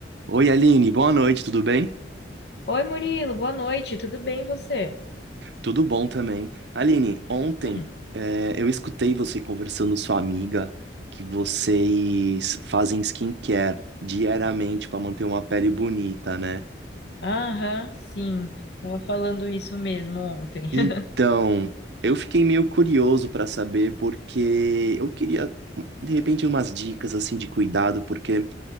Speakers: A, on the right; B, on the left.
A: Oi, Aline, boa noite, tudo bem?
B: Oi, Murilo, boa noite, tudo bem e você?
A: Tudo bom também. Aline, ontem
B: Hum,
A: é, eu escutei você conversando com sua amiga que vocês fazem skincare diariamente para manter uma pele bonita, né?
B: aham, sim, tava falando isso mesmo ontem.
A: Então,
B: <laughs>
A: eu fiquei meio curioso para saber porque eu queria de repente umas dicas assim de cuidado, porque